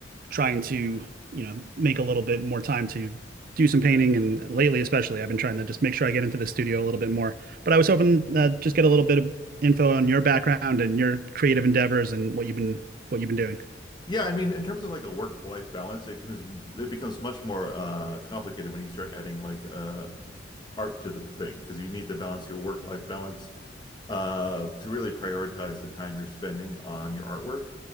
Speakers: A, on the right (about 50°); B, on the left (about 25°).
A: trying to you know make a little bit more time to do some painting. And lately, especially, I've been trying to just make sure I get into the studio a little bit more. But I was hoping uh, just get a little bit of info on your background and your creative endeavors and what you've been what you've been doing.
B: Yeah, I mean, in terms of like a work-life balance, it becomes it becomes much more uh, complicated when you start adding like uh, art to the thing because you need to balance your work-life balance uh, to really prioritize the time you're spending on your artwork.